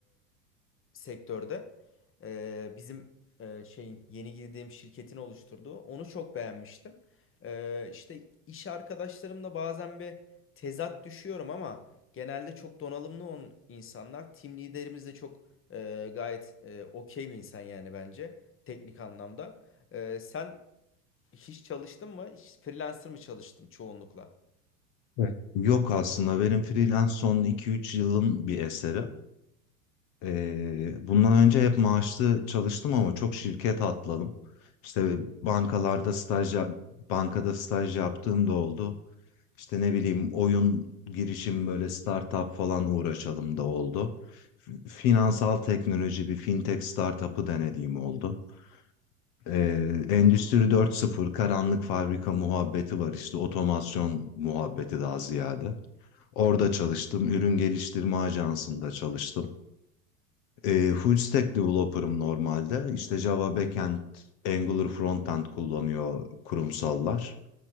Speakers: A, on the left; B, on the left.
A: sektörde e, bizim e, şeyin yeni girdiğim şirketin oluşturduğu onu çok beğenmiştim. E, işte iş arkadaşlarımla bazen bir tezat düşüyorum ama genelde çok donanımlı on insanlar. Team liderimiz de çok e, gayet e, okey bir insan yani bence teknik anlamda. E, sen hiç çalıştın mı? Hiç freelancer mı çalıştın çoğunlukla?
B: Evet. Yok aslında benim freelance son iki üç yılın bir eseri. Ee, bundan önce hep maaşlı çalıştım ama çok şirket atladım. İşte bankalarda staj yap- bankada staj yaptığım da oldu. İşte ne bileyim oyun girişim böyle startup falan uğraşalım da oldu. F- Finansal teknoloji bir fintech startup'ı denediğim oldu. Ee, Endüstri dört sıfır karanlık fabrika muhabbeti var işte otomasyon muhabbeti daha ziyade. Orada çalıştım. Ürün geliştirme ajansında çalıştım. Ee, full stack developer'ım normalde. İşte Java backend, Angular frontend kullanıyor kurumsallar.